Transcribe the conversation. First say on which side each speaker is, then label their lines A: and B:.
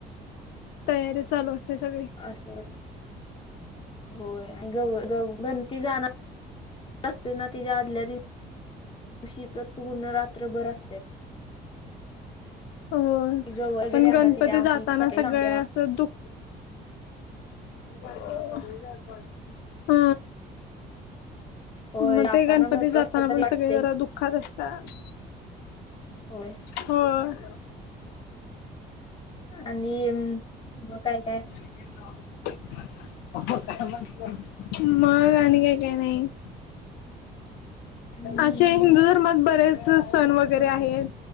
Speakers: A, on the left; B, on the left.
A: तयारी चालू असत्या सगळी.
B: अस होय, आणि गव -गव- गंती जाणा र असतय ना तिच्या आदल्या दिव शी तर पूर्ण रात्रभर असत्यात.
A: <inaudible> होय,
B: गव वगैरे
A: पण
B: अंगात
A: गणपती
B: येते आमटी
A: जाताना
B: चांगली
A: सगळे असं दुख <inaudible> ह
B: होय
A: मग
B: जाताना
A: ते गणपती
B: मग
A: जाताना
B: कस तरी
A: पण
B: वाटतय,
A: सगळे जरा दुःखात असतात
B: होय.
A: होय <inaudible>
B: आणि मग काय -काय?
A: <unintelligible> <inaudible> मग आणि काय -काय नाही. <inaudible>
B: हम्म
A: अशे हिंदू धर्मात बरेचं सण वगैरे आहेत.